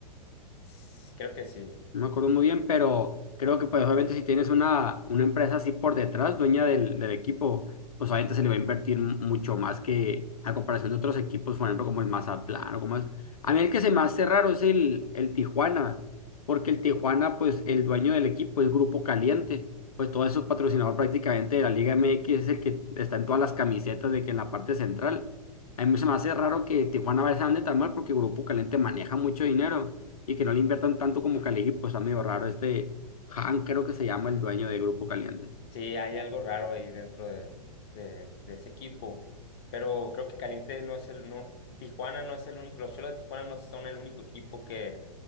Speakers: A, on the left (about 45°); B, on the left (about 70°).
A: S- Creo que sí.
B: No me acuerdo muy bien, pero creo que pues obviamente si tienes una, una empresa así por detrás, dueña del, del equipo, pues obviamente se le va a invertir mu- mucho más que a comparación de otros equipos, por ejemplo, como el Mazatlán o como es. A mí el que se me hace raro es el, el Tijuana, porque el Tijuana, pues el dueño del equipo es Grupo Caliente, pues todo eso es patrocinador prácticamente de la Liga MX, es el que está en todas las camisetas de que en la parte central. A mí se me hace raro que Tijuana vaya a andar tan mal porque Grupo Caliente maneja mucho dinero y que no le inviertan tanto como que al equipo. Está medio raro este Han, creo que se llama el dueño de Grupo Caliente.
A: Sí, hay algo raro ahí dentro de, de, de ese equipo. Pero creo que Caliente no es el, no, Tijuana no es el único, los Cholos de Tijuana no son el único equipo que